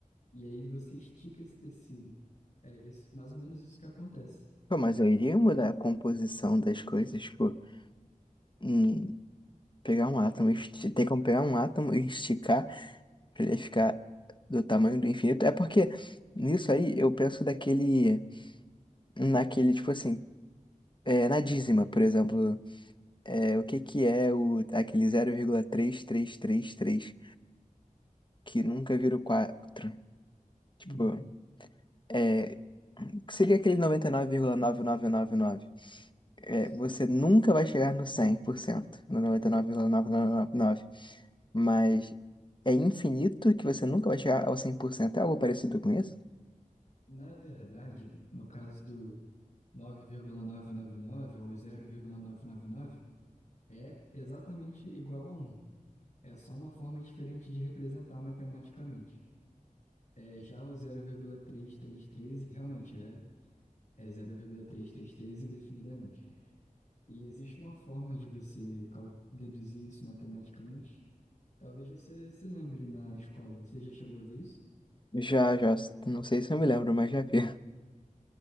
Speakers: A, on the left; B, on the left.
A: E aí você estica esse tecido. É isso, mais ou menos isso que acontece.
B: Pô, mas eu iria mudar a composição das coisas, tipo, hum, pegar um átomo, esti- tem como pegar um átomo e esticar para ele ficar do tamanho do infinito. É porque nisso aí eu penso daquele, naquele, tipo assim, é, na dízima, por exemplo. É, o que que é o, aquele zero vírgula três três três três que nunca vira o quatro Tipo,
A: Uhum.
B: é, o que seria aquele noventa e nove vírgula nove nove nove nove? É,
A: Sim.
B: você nunca vai chegar no cem por cento no noventa e nove vírgula novecentos e noventa e nove mas é infinito que você nunca vai chegar ao cem por cento É algo parecido com isso?
A: Na verdade, no caso do, nove vírgula novecentos e noventa e nove ou zero vírgula novecentos e noventa e nove é exatamente igual a um É só uma forma diferente de representar matematicamente. É, já o zero vírgula trezentos e trinta e três realmente é, é zero vírgula trezentos e trinta e três indefinidamente. E existe uma forma de você cal- deduzir isso matematicamente? Talvez você se lembre na escola. Você já chegou a ver isso?
B: Já, já, não sei se eu me lembro, mas já vi.